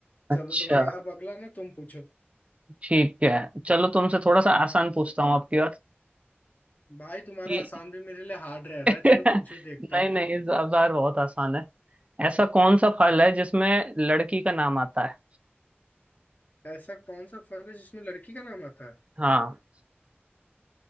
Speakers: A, on the right (about 30°); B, on the left (about 45°).
A: अच्छा
B: चलो तो भाई अब अगला ना तुम पूछो
A: ठीक है चलो तुमसे थोड़ा सा आसान पूछता हूँ आपकी बात
B: भाई तुम्हारा
A: कि
B: आसान भी मेरे लिए हार्ड रह रहा
A: <laughs> नहीं
B: है चलो पूछो देखता हूँ
A: नहीं इस बार बहुत आसान है ऐसा कौन सा फल है जिसमें लड़की का नाम आता है
B: ऐसा कौन सा फल है जिसमें लड़की का नाम आता है
A: हाँ